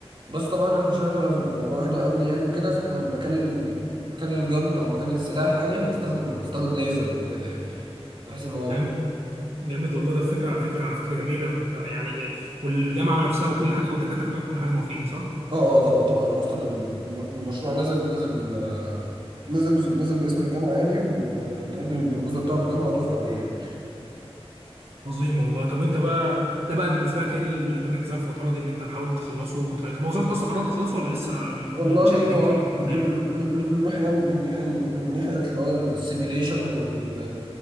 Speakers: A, on the right; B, on the right.
A: بس طبعا إحنا- عشان احنا الموضوع هنا امني يعني وكده فاحنا مكان ال... مكان الجن او مكان السلاح يعني هنستخدم هنستخدم ليزر او كده يعني بحيث ان هو ي-
B: فاهم جامد والله ده فكره على فكره على فكره جميله وبتاع- يعني والجامعه نفسها وكل حاجه والدكاتره بتوعك كل حاجه موافقين صح؟
A: اه اه طبعا طبعا هو اصلا الم- المشروع نزل نزل آه، نزل نزل باسم الجامعه يعني و- وتقدم البروبوزال بتاعه للجامعه وتوافق عليه يعني
B: عظيم والله طب وانت بقى ده بقى بالنسبه لك هي ده اللي انت مركز عليه الفتره دي ان انت تحاول تخلصه وت- طب وصلت اصلا قربت تخلصه ولا لسه م-
A: والله
B: م- متشتتين
A: هو
B: كده
A: من
B: زي ما-
A: من من من ناحية من ناحية من ناحية اللي هو السيميليشن وال